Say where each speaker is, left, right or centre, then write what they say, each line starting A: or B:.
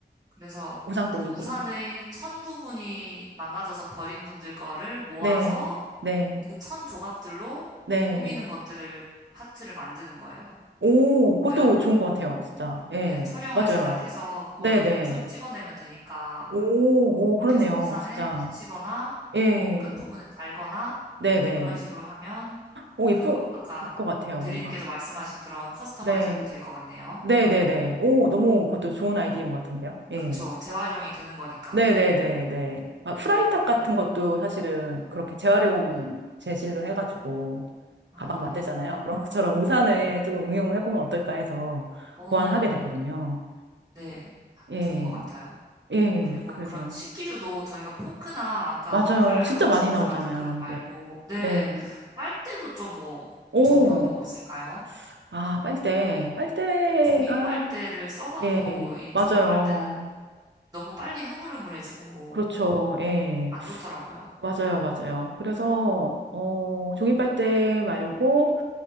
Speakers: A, on the right; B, on the right.
A: 그래서
B: 우산
A: 그
B: 꾸미기.
A: 우산의 천 부분이 망가져서 버린 분들 거를 모아서
B: 네. 네.
A: 그 천 조각들로
B: 네.
A: 꾸미는 것들을, 파트를 만드는 거예요.
B: 오,
A: 뭐, 모양을.
B: 그것도 좋은 것 같아요. 진짜. 예.
A: 네, 철형을
B: 맞아요.
A: 제작해서 그걸로
B: 네네.
A: 이제 쭉 찍어내면 되니까,
B: 오,
A: 그렇게
B: 오, 그렇네요.
A: 해서 우산에
B: 진짜.
A: 붙이거나,
B: 예.
A: 뭐, 끝부분에 달거나,
B: 네네.
A: 그런 식으로 하면
B: 오, 예쁠
A: 그 마- 아까
B: 것 같아요,
A: 대리님께서
B: 뭔가.
A: 말씀하신 그런 커스터마이징도
B: 네.
A: 될 것 같네요.
B: 네네네. 오, 너무 그것도 좋은 아이디어인 것 같은데요. 예.
A: 그쵸. 재활용이 되는 거니까.
B: 네네네네. 아, 프라이탑
A: 음,
B: 같은 것도 사실은 그렇게 재활용
A: 네.
B: 재질로 해가지고
A: 아,
B: 가방 만들잖아요. <laughs> 그런 것처럼 우산에
A: 네네.
B: 조금 응용을 해보면 어떨까 해서
A: 오
B: 고안을 하게 됐거든요.
A: 네.
B: 예.
A: 좋은 것 같아요.
B: 예.
A: 그리고
B: 그래서.
A: 그런 식기류도 저희가 포크나 아까
B: 맞아요.
A: 와플
B: 진짜
A: 압축해서
B: 많이 나오잖아요,
A: 만든 그릇
B: 이게.
A: 말고, 네.
B: 네.
A: 빨대도 좀 뭐,
B: 오.
A: 좋은 방법 없을까요?
B: 아, 빨대.
A: 네.
B: 빨대가,
A: 종이 빨대를 써봐도
B: 예,
A: 이 종이
B: 맞아요.
A: 빨대는 너무 빨리 흐물흐물해지고
B: 그렇죠. 예,
A: 안 좋더라고요.
B: 맞아요, 맞아요. 그래서, 어, 종이 빨대 말고